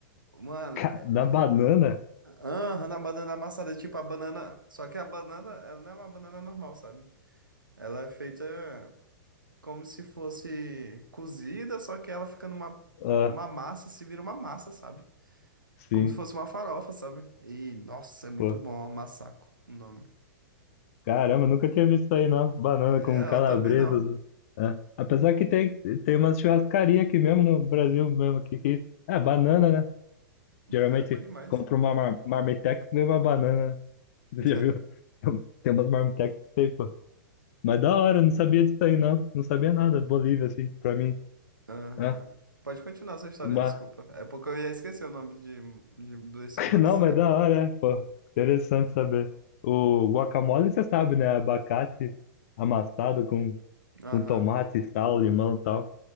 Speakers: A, on the right; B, on the left.
A: mano,
B: Ca-
A: é-
B: da banana?
A: aham, na banana amassada, é tipo a banana, só que a banana, ela não é uma banana normal, sabe? Ela é feita como se fosse cozida, só que ela fica numa
B: Ah,
A: uma massa, se vira uma massa, sabe?
B: sim.
A: Como se fosse uma farofa, sabe? E nossa, é muito
B: Pô.
A: bom, massaco, o nome.
B: Caramba, nunca tinha visto isso aí, não. Banana
A: É,
B: com calabresas.
A: eu também não.
B: né? É. Apesar que tem, tem uma churrascaria aqui mesmo no Brasil mesmo, aqui, que é banana, né?
A: Banana
B: Geralmente
A: é boa demais.
B: compra uma mar, marmitex e vem uma banana, né?
A: <laughs>
B: <laughs> Já viu? Tem umas marmitex aí, pô. Mas da hora, não sabia disso aí, não. Não sabia nada. Bolívia, assim, pra mim.
A: Aham.
B: É,
A: Pode continuar sua história,
B: mas,
A: desculpa. É porque eu ia esquecer o nome de, de, desse
B: <laughs>
A: massacre.
B: não, mas da hora, né? Pô, interessante saber. O guacamole, você sabe, né? Abacate amassado com,
A: Aham.
B: com tomate, sal, limão e tal.